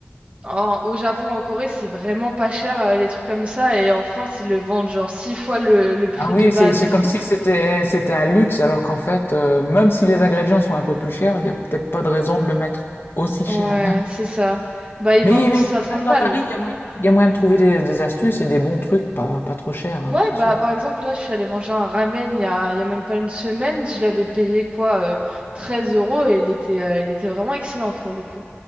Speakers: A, on the right; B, on the left.
A: en- au Japon, en Corée, c'est vraiment pas cher, euh, les trucs comme ça. Et en France, ils le vendent genre six fois le, le prix
B: Ah oui,
A: de base.
B: c'est, c'est comme si c'était, c'était un luxe, alors qu'en fait, euh, même si les ingrédients sont un peu plus chers, il n'y a peut-être pas de raison de le mettre aussi cher.
A: Ouais,
B: <laughs>
A: c'est ça. Bah, ils
B: Mais,
A: vendent
B: mais
A: ça
B: quand
A: à 30
B: même, dans
A: balles.
B: Paris, il y a moyen, il y a moyen de trouver des, des astuces et des bons trucs pas, pas trop chers. hein.
A: Ouais,
B: C'est-
A: bah, par exemple, là, je suis allée manger un ramen il y a, il y a même pas une semaine. Je l'avais payé quoi, euh, 13 euros et il était, euh, il était vraiment excellent pour le coup.